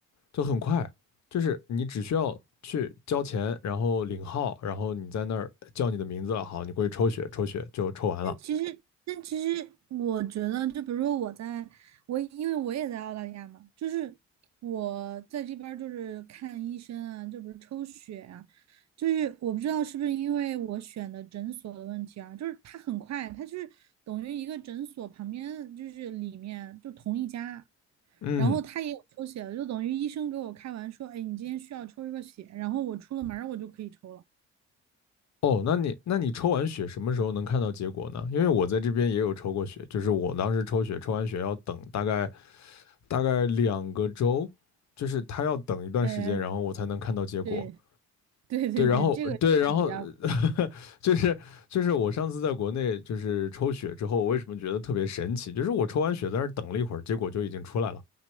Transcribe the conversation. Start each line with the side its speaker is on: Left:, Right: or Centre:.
Left: 就很快，就是你只需要去交钱，然后领号，然后你在那儿叫你的名字了，好，你过去抽血，抽血就抽完了。
Right: 但其实，但其实，我觉得，就比如说我在，我因为我也在澳大利亚嘛，就是我在这边儿就是看医生啊，就比如抽血啊，就是我不知道是不是因为我选的诊所的问题啊，就是它很快，它就是等于一个诊所旁边就是里面就同一家，
Left: 嗯，
Right: 然后他也有抽血的，就等于医生给我开完说，哎，你今天需要抽一个血，然后我出了门儿我就可以抽了。
Left: 哦，那你那你抽完血什么时候能看到结果呢？因为我在这边也有抽过血，就是我当时抽血，抽完血要等大概大概两个周，就是他要等一段时间，
Right: 呃，
Left: 然后我才能看到结果。
Right: 对对对对，
Left: 对，然后对，
Right: 这个是比较。
Left: 然后就是就是我上次在国内就是抽血之后，我为什么觉得特别神奇？就是我抽完血在那儿等了一会儿，结果就已经出来了，